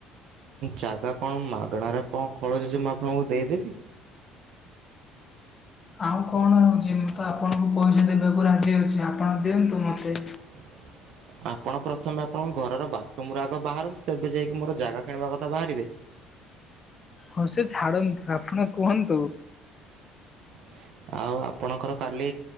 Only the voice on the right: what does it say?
ଯାଗା କଣ ମାଗଣାରେ କଣ ଖଳଯାଉଛି ମୁଁ ଆପଣଙ୍କୁ ଦେଇଦେବି?
<inaudible> ଆପଣ ପ୍ରଥମେ ଆପଣଙ୍କ ଘରର ବାଥରୁମ ରୁ ଆଗ ବାହାରନ୍ତୁ ତେବେ ଯାଇକି ମୋର ଜାଗା କିଣିବା କଥା ବାହାରିବେ?
<inaudible> ଆଉ ଆପଣଙ୍କର କାଲି